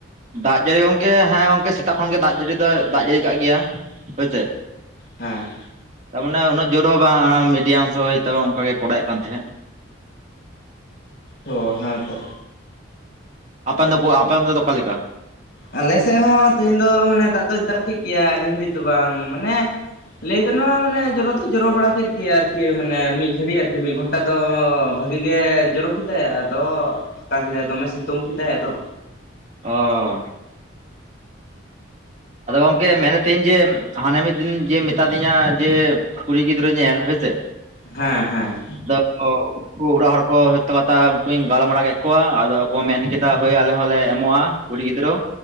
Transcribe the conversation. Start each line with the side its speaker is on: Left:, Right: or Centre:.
Right: ᱫᱟᱜ ᱡᱟᱹᱲᱤ ᱜᱚᱝᱠᱮ ᱦᱮᱸ ᱜᱚᱝᱠᱮ ᱥᱮᱛᱟᱜ ᱠᱷᱚᱱ ᱜᱮ ᱫᱟᱜ ᱡᱟᱹᱲᱤ ᱫᱚᱭ ᱫᱟᱜ ᱡᱟᱹᱲᱤ ᱠᱟᱜ ᱜᱮᱭᱟ ᱦᱳᱭ ᱥᱮ
Left: ᱦᱮᱸ
Right: ᱛᱟᱨᱢᱟᱱᱮ ᱩᱱᱟᱹᱜ ᱡᱳᱨ ᱦᱚᱸ ᱵᱟᱝ ᱢᱤᱰᱤᱭᱟᱢ ᱥᱳ ᱦᱚᱭ ᱚᱱᱠᱟᱟᱜ ᱜᱮ ᱠᱚᱨᱟᱣᱮᱫ ᱠᱟᱱ ᱛᱟᱦᱮᱸᱫ
Left: ᱚ ᱦᱮᱸ ᱛᱚ
Right: ᱟᱯᱮᱱ ᱫᱚᱠᱚ ᱟᱯᱮᱱ ᱫᱚ ᱚᱠᱟ ᱞᱮᱠᱟ
Left: ᱟᱞᱮ ᱥᱮᱫ ᱦᱚᱸ ᱛᱮᱦᱮᱧ ᱫᱚ ᱢᱟᱱᱮ ᱫᱟᱜ ᱫᱚᱭ ᱫᱟᱜ ᱠᱮᱫ ᱜᱮᱭᱟ ᱟᱹᱰᱤ ᱜᱷᱟᱹᱲᱤᱡ ᱫᱚ ᱵᱟᱝ ᱢᱟᱱᱮ ᱞᱟᱹᱭ ᱜᱟᱱᱚᱜᱼᱟ ᱢᱟᱱᱮ ᱡᱚᱨᱚ ᱫᱚᱭ ᱡᱚᱨᱚ ᱵᱟᱲᱟ ᱠᱮᱫ ᱜᱮᱭᱟ ᱟᱨᱠᱤ ᱢᱟᱱᱮ ᱢᱤᱫ ᱜᱷᱟᱹᱲᱤᱡ ᱟᱨᱠᱤ ᱢᱤᱫ ᱜᱷᱚᱱᱴᱟ ᱫᱚ ᱵᱷᱟᱹᱜᱤ ᱜᱮ ᱡᱚᱨᱚ ᱠᱮᱫᱟᱭ ᱟᱫᱚ ᱯᱷᱟᱸᱠᱟ ᱠᱮᱫᱟᱭ ᱫᱚᱢᱮ ᱥᱤᱛᱩᱝ ᱠᱮᱫᱟᱭ ᱟᱫᱚ
Right: ᱚ ᱟᱫᱚ ᱜᱚᱢᱠᱮ ᱢᱮᱱᱮᱫ ᱛᱟᱦᱮᱧ ᱡᱮ ᱦᱟᱱᱮ ᱢᱤᱫ ᱫᱤᱱ ᱡᱮ ᱢᱮᱛᱟ ᱫᱤᱧᱟ ᱡᱮ ᱠᱩᱲᱤ ᱜᱤᱫᱽᱨᱟᱹ ᱧᱮᱞ ᱦᱳᱭ ᱥᱮ
Left: ᱦᱮᱸ ᱦᱮᱸ,
Right: ᱚᱻ ᱩᱱᱠᱩ ᱚᱲᱟᱜ ᱦᱚᱲ ᱠᱚ <unintelligible> ᱠᱟᱛᱷᱟ ᱩᱱᱠᱩᱧ ᱜᱟᱞᱢᱟᱨᱟᱣ ᱠᱮᱫ ᱠᱚᱣᱟ ᱟᱫᱚ ᱠᱚ ᱢᱮᱱ ᱠᱮᱫᱟ ᱦᱳᱭ ᱟᱞᱮ ᱦᱚᱸᱞᱮ ᱮᱢᱚᱜᱼᱟ᱾ ᱠᱚᱲᱤ ᱜᱤᱫᱽᱨᱟᱹ